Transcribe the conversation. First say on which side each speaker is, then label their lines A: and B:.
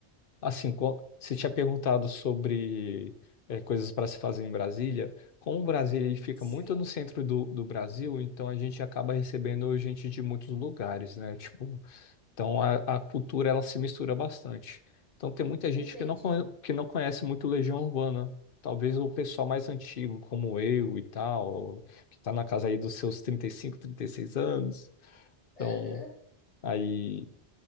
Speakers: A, on the left; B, on the left.
A: Assim, co- você tinha perguntado sobre eh, coisas para se fazer em Brasília. Como o Brasil ele fica
B: Sim,
A: muito no centro do, do Brasil, então a gente acaba recebendo gente de muitos lugares, né? Tipo, então a, a cultura ela se mistura bastante. Então tem muita
B: entendi.
A: gente que não, conhe- que não conhece muito Legião Urbana. Talvez o pessoal mais antigo, como eu e tal, que está na casa aí dos seus trinta trinta e cinco trinta e seis anos. Então,
B: Aham,
A: aí.